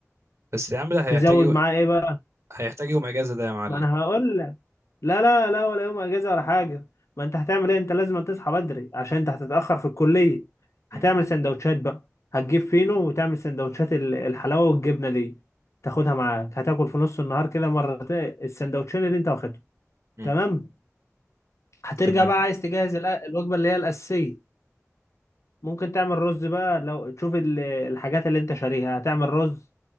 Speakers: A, on the right (about 60°); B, on the left (about 60°).
A: بس يا عم ده هيحتاج
B: تزود
A: يو...
B: معاه ايه بقى
A: هيحتاج يوم اجازة ده يا معلم
B: ما انا هقول لك لا لا لا ولا يوم اجازه ولا حاجه ما انت هتعمل ايه انت لازم تصحى بدري عشان انت هتتاخر في الكليه
A: مم.
B: هتعمل سندوتشات بقى هتجيب فينو وتعمل سندوتشات ال- الحلاوه والجبنه دي تاخدها معاك هتاكل في نص النهار كده مرتين السندوتشين اللي انت واخدهم
A: مم.
B: تمام هترجع
A: تمام
B: بقى عايز تجهز الأ- الوجبه اللي هي الاساسيه ممكن تعمل رز بقى لو تشوف ال- الحاجات اللي انت شاريها هتعمل رز